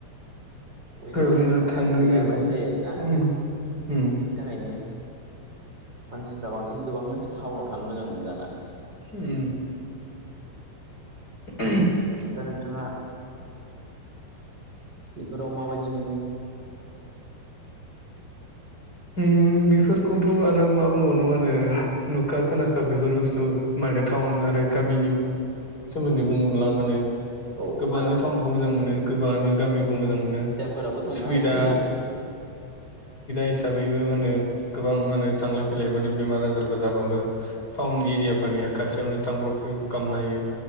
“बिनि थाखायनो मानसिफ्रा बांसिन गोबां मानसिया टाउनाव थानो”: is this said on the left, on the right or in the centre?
Right